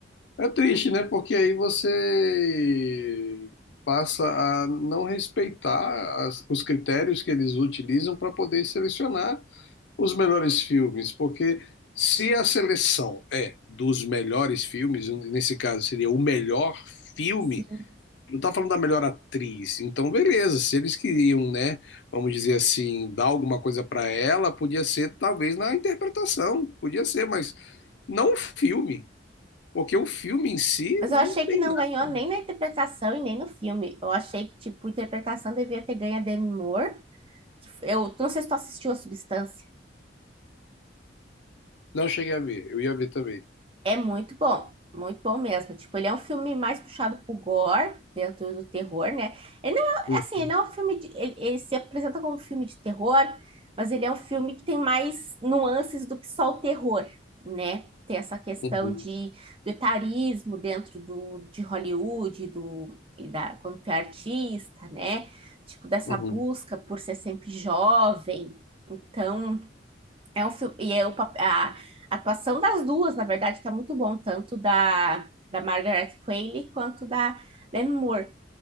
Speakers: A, on the left; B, on the right.
A: É triste, né? Porque aí você passa a não respeitar as- os critérios que eles utilizam para poder selecionar os melhores filmes. Porque se a seleção é dos melhores filmes, nesse caso seria o melhor filme,
B: Sim.
A: não está falando da melhor atriz. Então, beleza, se eles queriam, né, vamos dizer assim, dar alguma coisa para ela, podia ser talvez na interpretação, podia ser, mas não o filme. Porque o filme em si
B: Mas
A: não
B: eu achei
A: tem
B: que não
A: nada.
B: ganhou nem na interpretação e nem no filme. Eu achei que, tipo, a interpretação devia ter ganho a Demi Moore. Eu não sei se tu assistiu a Substância.
A: Não cheguei a ver, eu ia ver também.
B: É muito bom, muito bom mesmo. Tipo, ele é um filme mais puxado pro gore, dentro do terror, né? Ele não é,
A: Uhum,
B: assim, ele não é um filme de, ele, ele se apresenta como um filme de terror, mas ele é um filme que tem mais nuances do que só o terror, né? Tem essa questão
A: uhum,
B: de do etarismo dentro do, de Hollywood, do, e da, quando tu é artista, né? Tipo, dessa
A: uhum.
B: busca por ser sempre jovem. Então, é um filme, e é o, pa- a atuação das duas, na verdade, está muito bom, tanto da, da Margaret Qualley quanto da Demi Moore.